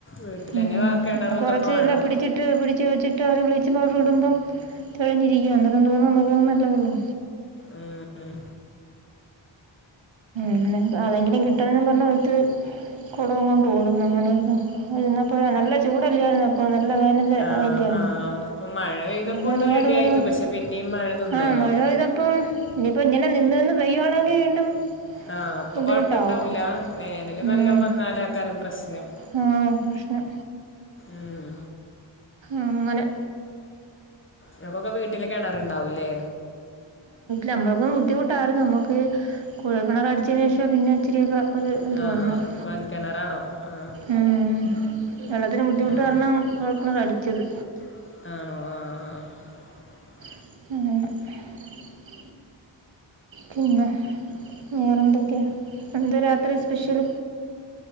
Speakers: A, on the left (about 25°); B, on the right (about 65°).
A: വീട്ടിലന്നെ
B: ഉം.
A: കണറും
B: കുറച്ച്
A: ഇതൊക്കെ വേണം
B: ഇല്ല പിടിച്ചിട്ട് പിടിച്ച് വച്ചി് അവര് വിളിച്ചുമ്പോ അവടെടുമ്പം തെളിഞ്ഞിരിക്കുവ അന്നേം തോന്നുന്നു നമു പോോന്നുന്ന അല്ലേള്ളോ
A: ഉം ഉം
B: അങ്ങനെ അതെങ്കിലും കിട്ടൂന്നും പറഞ്ഞ് അടുത്ത് കുടവുംകൊണ്ട് ഓടുന്നു അങ്ങനെയൊക്കെ ഇരുന്നപ്പോ നല്ല ചൂടല്ലായിുന്ന അപ്പോ നല്ല വേനല്
A: ആ
B: ആയില്ലേര്ന്ന്
A: ആ ഇപ്പൊ മഴ പെയ്തപ്പോ
B: ങ്ങനെ
A: ഒന്ന്
B: ഒരുപാട്
A: റെഡിയായിരുന്നു
B: പേര്
A: പക്ഷെ പിന്നെയും മഴ നിന്നല്ലോ
B: ആ മഴ പെയ്തപ്പം ഞ്ഞിപ്പം ഇങ്ങനെ നി ന്ന് പെയ്യാണെങ്കി വീണ്ടും
A: ആശ് അപ്പൊ
B: ബുദ്ധിമുട്ടാവും
A: കൊഴപ്പണ്ടാവൂല വേനല്
B: ഉം.
A: നല്ലോ വന്നാലാക്കാരം പ്രശ്നം
B: ആ പ്രശ്നം
A: ഉം
B: അങ്ങനെ
A: ങ്ങക്കൊക്കെ വീ വീട്ടില് കെണറുണ്ടാവൂല്ലേ
B: നമ്മളപ്പം ബുദ്ധിമുട്ടായിരുന്നു നമുക്ക് കുഴൽക്കിണറ് അടിച്ചതിന് ശേഷ പിന്നെ ഒത്തിരി ഒരു ഇത്
A: ആ
B: വന്നത്
A: കുഴൽക്കിണറാണോ ആ
B: ഉം വെള്ളത്തിന് ബുദ്ധിമുട്ട്
A: ആ
B: കാരണം കൊഴൽക്കിണറ് അടി ച്ചത്
A: ആണോ ആഹ് ആ
B: ഏ പിന്നെ വേരെ എന്തൊക്കെയ എന്താ രാത്രി സ്പെഷ്യൽ